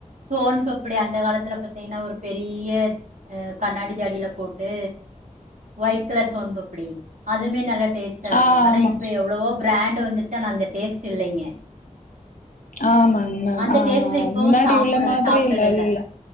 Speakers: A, on the right; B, on the left.
A: சோன்பப் இந்த காலத்துல பத்தீங்கன்னா ஒரு பெரிய கண்ணாடி ஜாடியில போட்டு ஒயிட் கலர் சோன்பப்புடி அதுமே நல்ல டேஸ்டாருக்கு
B: ஆ
A: ஆனா
B: ஆமா
A: இப்ப எவ்ளவோ ப்ராண்ட் வந்துர்ச்சு ஆனா அந்த டேஸ்ட் இல்லைங்க
B: ஆமாங்க ந
A: அந்த
B: ஆ
A: டேஸ்ட்ல இப்பவு
B: முன்னாடி
A: சாப்பிட
B: உள்ள மாத்ரி
A: சாப்ட்டது
B: இல் எல்ல
A: இல்ல